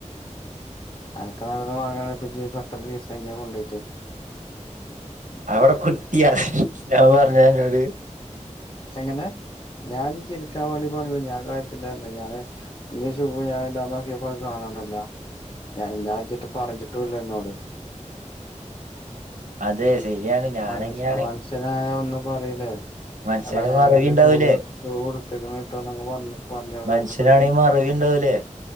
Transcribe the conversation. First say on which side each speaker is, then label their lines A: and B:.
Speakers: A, on the left; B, on the right.
A: അൻക്ക് നല്ലത് വാങ്ങാണെ ഇപ്പെത്രദീസായി ഇജത് കൊണ്ടോയീട്ട്
B: അവിടെ കുട്ടിയാ ഞാൻ പറഞ്ഞോ അന്നോട്
A: എങ്ങനെ ഞാൻ ജ് ചിരിക്കാവാണ്ടി പറഞ്ഞല്ല ഞാൻ കാര്യത്തിലാർഞെ ഞാന് ഇൻ്റെ ഷൂവ് ഞാനിടാനോക്കിയപ്പോ അത് കാണാ കാണാല്ല ഞാൻ ന്നാ ഇജ്ജെറ്റെ പറഞിട്ടൂല്ല ഇന്നോട്
B: അതെ ശരിയാണ് ഞാനെങ്ങനെയാണ്
A: മനുഷ്യ മനുഷ്യനായ ഒന്ന് പറീലേ
B: മനുഷ്യനാണെങ്കിൽ
A: എടാ ഞാനൻ്റെ
B: മറവി ഉണ്ടാവൂലേ
A: ഷൂവ് ഷൂവ്ട് ഇട്ത്ത്ക്ക്ണ്ട്ട്ടോ ന്നൊകെ പറഞ്ഞ് പറഞ്ഞൂടെ
B: മനുഷ്യനാണെങ്കിൽ
A: ത്താപ്പൊ ഇൻക്ക്
B: മറവി ഉണ്ടാവൂലേ